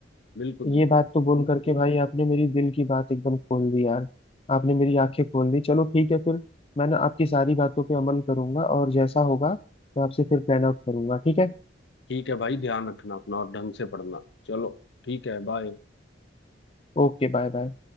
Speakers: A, on the left; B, on the left.
A: बिल्कुल बिल्कुल
B: ये बात तो बोल करके भाई आपने मेरी दिल की बात एकदम खोल दी यार आपने मेरी आंखें खोल दी चलो ठीक है फिर मैं ना आपकी सारी बातों पे अमल करूंगा और जैसा होगा मैं आपसे फिर प्लान आउट करूंगा ठीक है
A: ठीक है भाई ध्यान रखना अपना और ढंग से पढ़ना चलो ठीक है बाय
B: Okay bye bye